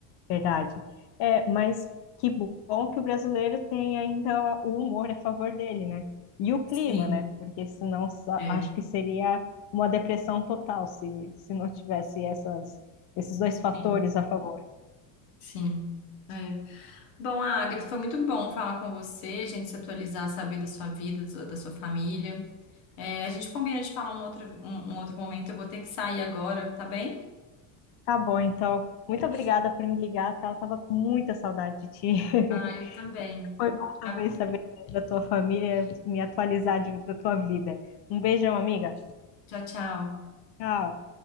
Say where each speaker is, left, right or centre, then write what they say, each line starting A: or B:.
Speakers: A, on the left; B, on the left.
A: Verdade. É, mas que bom que o brasileiro tem ainda o humor a favor dele, né? E o clima,
B: Sim,
A: né? Porque senão só-
B: é.
A: acho que seria uma depressão total se, se não tivesse essas, esses dois fatores
B: Sim.
A: a favor.
B: Sim. É. Bom, Agatha, foi muito bom falar com você, a gente se atualizar, saber da sua vida, da sua da sua família. É, a gente combina de falar um outro, um, um outro momento. Eu vou ter que sair agora, tá bem?
A: Tá bom, então. Muito obrigada por me ligar, tá? Eu tava com muita saudade de ti. <laughs>
B: Ah, eu também.
A: Foi bom também
B: Tchau,
A: saber da tua família, me atualizar de- da tua vida. Um beijão, amiga.
B: tchau. tchau.
A: Tchau.